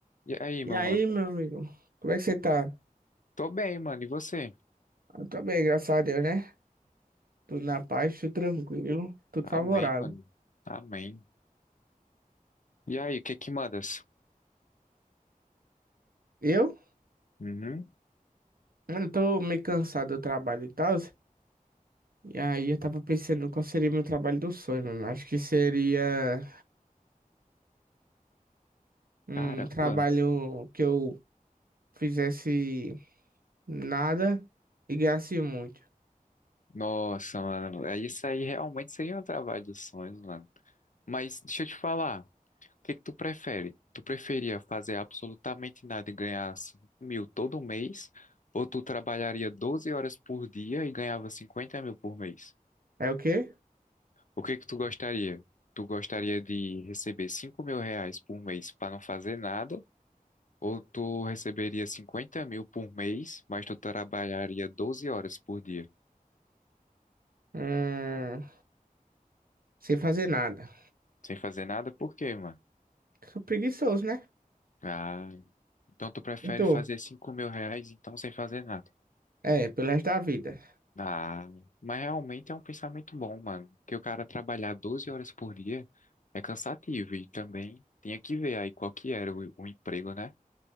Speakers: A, on the left (about 60°); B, on the right (about 80°).
A: E aí,
B: E
A: meu
B: aí,
A: mano?
B: meu amigo, como é que você tá?
A: Tô bem, mano. E você?
B: Eu tô bem, graças a Deus, né? Tudo na paz, tudo tranquilo, tudo
A: Amém,
B: favorável.
A: mano. Amém. E aí, o que que mandas?
B: Eu?
A: Uhum.
B: Mano, eu tô meio cansado do trabalho e tal. E aí eu tava pensando qual seria meu trabalho do sonho, mano. Acho que seria um
A: Caramba.
B: trabalho que eu fizesse nada e ganhasse muito.
A: Nossa, mano. é Isso aí realmente seria um trabalho dos sonhos, mano. Mas deixa eu te falar. O que que tu prefere? Tu preferia fazer absolutamente nada e ganhar 5 mil todo mês? Ou tu trabalharia 12 horas por dia e ganhava 50 mil por mês?
B: É o quê?
A: O que que tu gostaria? Tu gostaria de receber 5 mil reais por mês para não fazer nada? Ou tu receberia 50 mil por mês, mas tu trabalharia 12 horas por dia,
B: Hum, sem fazer nada.
A: sem fazer nada? Por quê, mano?
B: Sou preguiçoso, né?
A: Ah, então tu prefere
B: Então,
A: fazer 5 mil reais, então sem fazer nada.
B: é, pelo resto da vida.
A: Ah, mas realmente é um pensamento bom, mano. Que o cara trabalhar 12 horas por dia é cansativo e também tinha que ver aí qual que era o, o emprego, né?